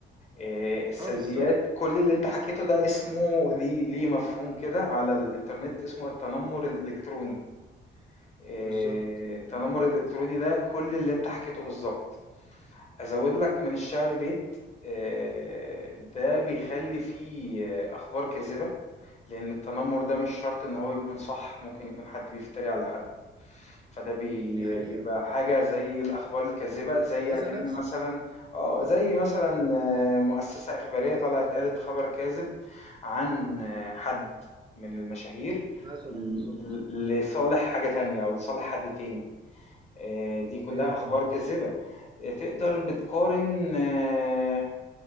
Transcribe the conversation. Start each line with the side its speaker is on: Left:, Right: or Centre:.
Left: آه، السلبيات
Right: اه بالظبط
Left: كل اللي انت حكيته ده اسمه ليه ليه مفهوم كده على الانترنت اسمه التنمر الالكتروني آه،
Right: بالظبط
Left: التنمر الالكتروني ده كل اللي انت حكيته بالظبط ازود لك من الشعر بيت آه، ده بيخلي فيه آه، اخبار كاذبة لان التنمر ده مش شرط ان هو يكون صح ممكن يكون حد بيفتري على حد فده بي-
Right: دي حقيقه
Left: بيبقى حاجة زي الأخبار الكاذبة زي
Right: اذى
Left: أكن
Right: نفسي
Left: مثلا اه زي مثلا آه، مؤسسة إخبارية طلعت قالت خبر كاذب عن آه، حد من المشاهير
Right: مثلا
Left: ل-
Right: بالظبط بالظبط
Left: ل- لصالح حاجة تانية أو لصالح حد تاني آه، دي كلها
Right: ايوه
Left: أخبار
Right: فاهم
Left: كاذبة آه، تقدر بتقارن آه،